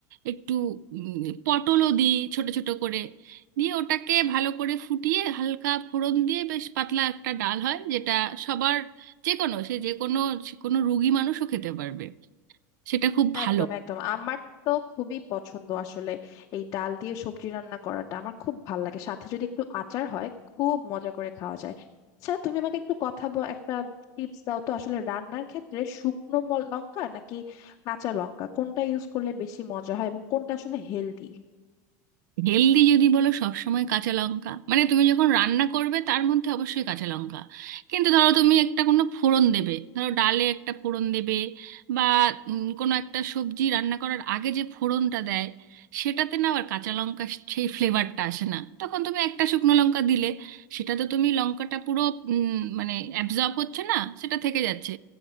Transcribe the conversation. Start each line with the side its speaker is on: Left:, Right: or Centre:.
Right: একটু উম, পটলও দিই ছোট ছোট করে দিয়ে ওটাকে ভালো করে ফুটিয়ে হালকা ফোড়ন দিয়ে বেশ পাতলা একটা ডাল হয় যেটা সবার যে কোনো সে যে কোনো সে কোনো রুগী মানুষও খেতে পারবে সেটা খুব ভালো
Left: একদম একদম আমার তো খুবই পছন্দ আসলে এই ডাল দিয়ে সবজি রান্না করাটা আমার খুব ভাল লাগে সাথে যদি একটু আচার হয় খুব মজা করে খাওয়া যায় আচ্ছা তুমি আমাকে একটু কথা ব- একটা টিপস দাও তো আসলে রান্নার ক্ষেত্রে শুকনো ম- লঙ্কা নাকি কাঁচা লঙ্কা কোনটা ইউজ করলে বেশি মজা হয় এবং কোনটা আসলে হেলদি
Right: হেলদি যদি বলো সবসময় কাঁচা লঙ্কা মানে তুমি যখন রান্না করবে তার মধ্যে অবশ্যই কাঁচা লঙ্কা কিন্তু ধরো তুমি একটা কোনো ফোড়ন দেবে ধরো ডালে একটা ফোড়ন দেবে বা উম, কোনো একটা সবজি রান্না করার আগে যে ফোড়নটা দেয় সেটাতে না আবার কাঁচা লঙ্কা সেই ফ্লেভারটা আসে না তখন তুমি একটা শুকনো লঙ্কা দিলে সেটা তো তুমি লঙ্কাটা পুরো উম, মানে অ্যাবজর্ব হচ্ছে না সেটা থেকে যাচ্ছে